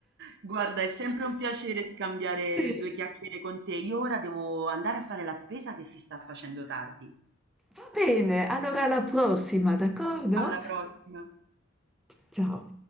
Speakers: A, on the right (about 55°); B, in the centre.
A: Guarda, è sempre un piacere scambiare
B: Sì.
A: due chiacchiere con te. Io ora devo andare a fare la spesa che si sta facendo tardi.
B: Va bene, allora alla prossima, d'accordo?
A: alla prossima
B: Ciao.